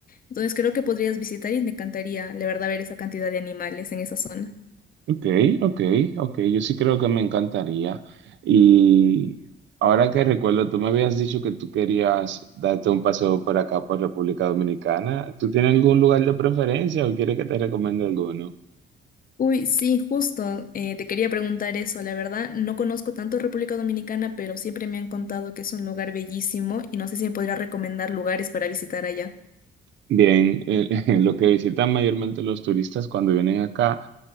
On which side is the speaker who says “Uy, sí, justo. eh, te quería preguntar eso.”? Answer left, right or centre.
Left